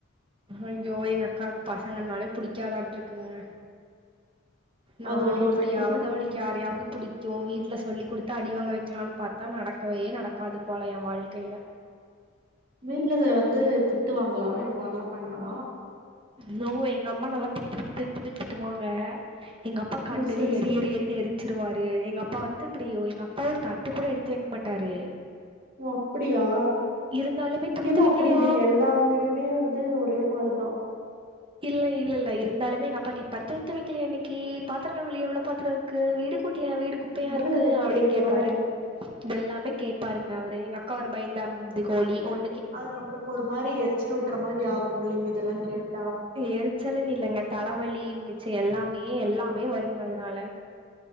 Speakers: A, on the right (about 25°); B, on the right (about 45°).
A: ஐயோ எங்க அக்காவுக்கு பசங்கனாலே புடிக்காதாட்டு இருக்குங்க. நானும்
B: அது ஒரு ஒருத்தவங்களுக்கு
A: எப்படியாவது
B: ஒவ்வொரு
A: அவளுக்கு யாரையாவது புடிக்கும் வீட்டுல சொல்லி குடுத்து அடிவாங்க வைக் இருக்கலான்னு பார்த்தா நடக்கவே நடக்காது போல என் வாழ்க்கையில.
B: வீட்டுலர்ந்து திட்டுவாங்களா இந்த மாதிரில்லாம் பண்ணா.
A: நோ எங்க அம்மா நல்லா திட்டுட்டு திட்டு திட்டுன்னு திட்டுவாங்க. எங்க அப்பா கண்ணுலயே
B: ஓ சரி
A: எரி
B: சரி
A: எரினு எரிச்சிருவாரு. எங்க அப்பா அப்பா வந்து இப்படி ஒ எங்க அப்பாவ ஒரு தட்டு கூட எடுத்து வைக்க மாட்டாரு.
B: ஓ அப்படியா
A: இருந்தாலுமே
B: இங்க
A: துணி
B: எல்லாம்
A: துவைக்கலையா
B: அப்படி இல்லைங்க எல்லா வீடுமே வந்து ஒரு அதே மாதிரிதான்.
A: இல்ல இல்ல இல்ல இருந்தாலுமே எங்க அப்பா கேப்பாரு துணி துவைக்கலயா இன்னிக்கி, பாத்திரம் கழுவலயா, இவ்வளவு பாத்திரம் இருக்கு. வீடு கூட்டி ல்லையா வீடு குப்பையா
B: இதெல்லா
A: இருக்கு
B: எதுக்கு
A: அப்படின்னு
B: கேக்கணு
A: கேட்பாரு. இதெல்லாமே கேட்பாருங்க அவரு எங்க அக்கா ஒரு பயந்தாங்கோலி ஒன்ன
B: அது நம்பளுக்கு ஒரு மாரி எரிச்சல் வூட்ற மாரி ஆகும் இல்லெங்க இதெல்லா கேட்
A: எரிச்சலுன்னு இல்லங்க த லவலி மிச்ச எல்லாமே எல்லாமே வருங்க அதனால